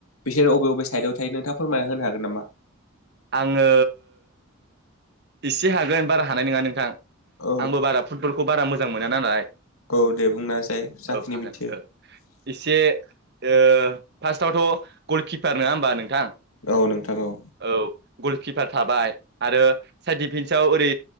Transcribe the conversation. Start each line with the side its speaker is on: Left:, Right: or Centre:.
Left: बिसोर बबे बबे साइदआव थायो नोंथाङा फोरमायना होनो हागोन नामा
Right: आङो एसे हागोन बारा हानाय नङा नोंथां
Left: औ
Right: आंबो बारा फुटबलखौ बारा मोजां मोना नालाय
Left: औ दे बुंना होसाय जाखिनि
Right: औ हागोन
Left: मिथियो
Right: औ एसे ओ फार्स्टआवथ' गलकिपार नङा होमबा नोंथां
Left: औ नोंथां औ
Right: औ गलकिपार थाबाय आरो साइड डिफेन्स आव ओरै